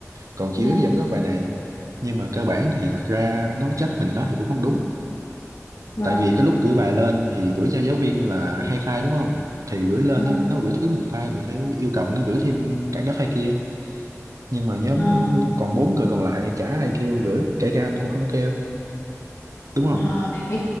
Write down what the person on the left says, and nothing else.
ừ,
vâng
vâng
ờ,
ờ, thế